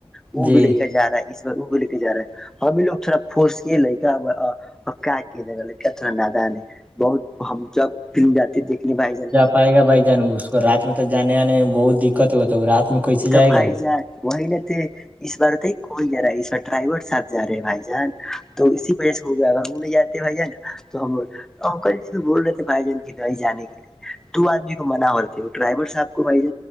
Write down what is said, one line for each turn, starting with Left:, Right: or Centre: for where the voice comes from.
Centre: وہ
Right: جی
Centre: بھی لے کے جا ہے اس بار وہ بھی لے کے جا رہا ہے <unintelligible> ہمیں لوگ تھوڑا پھس کے لے گ کیا کیا جگہ لے کیا تھوڑا نادان ہے بہت ہم جب فلم جاتے دیکھنے بھائی جان
Right: پڑائے گا بھائی جان اس کو رات میں تو جے آنے میں بہت دقت ہو ہے رات میں کیسے جائے
Centre: تو بھائی
Right: گا وہ
Centre: جان وہی ن تھ <unintelligible> اس بار تو کون جا رہا ہے اس بار ڈرائیور صحب جا رہے ہیں بھائی جان تو اسی وجہ سے ہو گیا ا انیں یاد بھائی جان نا تو ہمکل ج بول رہ تھے بھائی جن کے لیے جے کے لیے <unintelligible> تو آدمی کو منع ہوتی ہے وہ ڈرائیور صاحب کو بائی